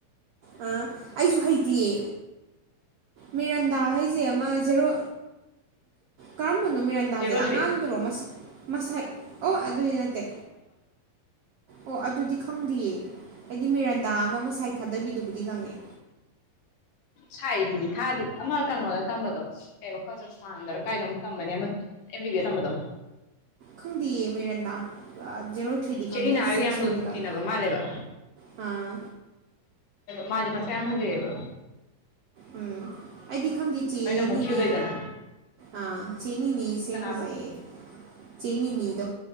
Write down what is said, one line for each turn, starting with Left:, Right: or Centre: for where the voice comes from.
Right: ꯑ ꯑꯩꯁꯨ ꯍꯩꯇꯦꯌꯦ ꯃꯤꯔꯟꯗꯥ ꯍꯥꯏꯁꯦ ꯑꯃ ꯖꯦꯔꯣ ꯀꯃ ꯃꯤꯔꯟꯗꯥꯁꯦ
Left: ꯖꯦꯔꯣ
Right: ꯑꯉꯥꯡꯗꯨꯔꯣꯁ
Left: ꯊ꯭ꯔꯤ
Right: ꯃꯁꯥꯏ ꯑꯣ ꯑꯗꯨꯗꯤ ꯅꯠꯇꯦ ꯑꯣ ꯑꯗꯨꯗꯤ ꯈꯪꯗꯦꯌꯦ ꯑꯩꯗꯤ ꯃꯤꯦꯔꯟꯗꯥ ꯑꯃ ꯃ ꯄꯥꯏ ꯊꯥꯗꯕꯤꯗꯨꯕꯨꯗꯤ ꯈꯪꯉꯦ
Left: ꯁꯥꯏꯕꯨꯗꯤ ꯊꯥꯗꯤ ꯑꯃ ꯀꯩꯅꯣꯅ ꯇꯝꯕꯗꯣ ꯑꯦꯕ ꯀꯣꯏꯆ ꯁꯟꯗꯔ ꯀꯥꯏꯅꯣ ꯇꯝꯕꯅꯦ ꯑꯦꯝ ꯕꯤ ꯇꯝꯕꯗꯣ
Right: ꯈꯪꯗꯌꯦ ꯃꯤꯔꯟꯗꯥꯔꯣ ꯊꯔꯤꯗꯤ
Left: ꯆꯦꯔꯤꯅꯥ
Right: ꯈꯪꯗ
Left: ꯍꯣꯏꯒ
Right: ꯁꯤꯁ
Left: ꯌꯥꯝ
Right: ꯐꯨꯗꯤ
Left: ꯂꯨꯅ
Right: ꯈꯪ
Left: ꯇꯤꯟꯅꯕ ꯃꯥꯜꯂꯦꯕ
Right: ꯍꯥꯥ
Left: ꯃꯥꯗꯤ ꯃꯁꯛ ꯌꯥꯝ ꯐꯖꯩꯕꯥ
Right: ꯎꯝ ꯑꯩꯗꯤ ꯈꯪꯗꯦ ꯆꯦꯅꯤꯅꯤ
Left: ꯑꯃꯨꯛ ꯀ꯭ꯌꯨꯠ ꯑꯣꯏꯗꯅ
Right: ꯑꯥ ꯆꯦꯅꯤꯅꯤꯁꯦ
Left: ꯀꯅꯥꯕ
Right: ꯐꯖꯩꯌꯦ ꯑꯩꯗꯤ ꯆꯅꯤꯅꯤꯗꯨꯣ